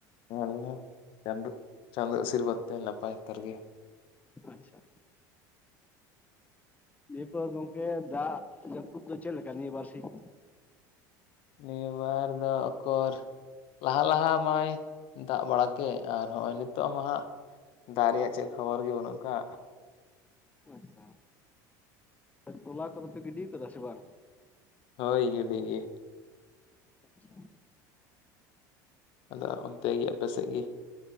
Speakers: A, on the left; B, on the left.
A: ᱟᱞᱤᱧ ᱦᱚᱸ ᱪᱟᱸᱫᱳ ᱪᱟᱸᱫᱳ ᱟᱥᱤᱨᱵᱟ ᱛᱮ ᱱᱟᱯᱟᱭ ᱦᱟᱛᱟᱨ ᱜᱮᱼᱼ
B: ᱟᱪᱪᱷᱟ ᱱᱤᱭᱟᱹ ᱯᱚᱨ ᱜᱚᱝᱠᱮ ᱫᱟᱜ ᱡᱟᱹᱯᱩᱫ ᱫᱚ ᱪᱮᱫᱮᱠᱟ ᱱᱤᱭᱟᱹ ᱵᱟᱨᱥᱤᱧ?
A: ᱱᱤᱭᱟᱹᱵᱟᱨ ᱫᱚ ᱚᱠᱚᱨ ᱞᱟᱦᱟᱼᱼ ᱞᱟᱦᱟ ᱢᱟᱭ ᱫᱟᱜ ᱵᱟᱲᱟ ᱠᱮᱫ ᱟᱨ ᱦᱚᱸᱜᱼᱚᱭ ᱱᱤᱛᱚᱜ ᱟᱢ ᱦᱟᱸᱜ ᱫᱟᱜ ᱨᱮᱭᱟᱜ ᱪᱮᱫ ᱠᱷᱚᱵᱚᱨ ᱜᱮ ᱵᱟᱹᱱᱩᱜ ᱟᱠᱟᱼᱼ
B: ᱟᱪᱪᱷᱟ ᱛᱚᱞᱟ ᱠᱚᱫᱚ ᱯᱮ ᱜᱤᱰᱤ ᱟᱠᱟᱫᱟ ᱥᱮ ᱵᱟᱝ?
A: ᱦᱳᱭ ᱜᱤᱰᱤ ᱜᱮᱼᱼ
B: ᱟᱪᱪᱷᱟ
A: ᱟᱫᱚ ᱚᱱᱛᱮ ᱜᱮ ᱟᱯᱮ ᱥᱮᱫ ᱜᱮᱼᱼ